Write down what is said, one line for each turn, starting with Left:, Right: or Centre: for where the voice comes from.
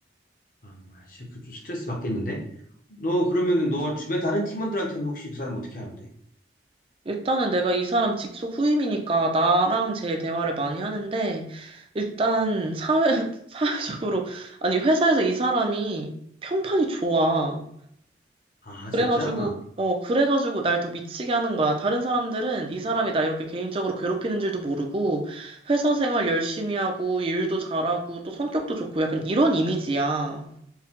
Left: 아, 씨, 그좀 스트레스 받겠는데? 너 그러면은 너 주변 다른 팀원들한테는 혹시 그 사람 어떻게 하는데?
Right: 일단은 내가 이 사람 직속 후임이니까 나랑 제 대화를 많이 하는데, 일단 사회, <laughs> 사회적으로, 아니, 회사에서 이 사람이 평판이 좋아.
Left: 아, 진짜?
Right: 그래가지고, 어, 그래가지고 날 더 미치게 하는 거야. 다른 사람들은 이 사람이 나 이렇게 개인적으로 괴롭히는 줄도 모르고, 회사 생활 열심히 하고, 일도 잘하고, 또 성격도 좋고, 약간 이런 이미지야.